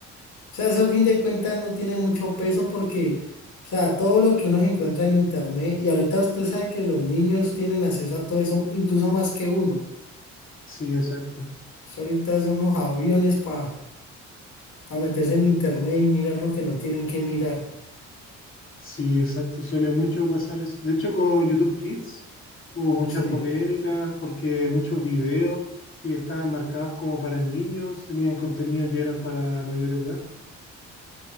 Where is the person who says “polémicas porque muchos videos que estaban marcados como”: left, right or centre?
Left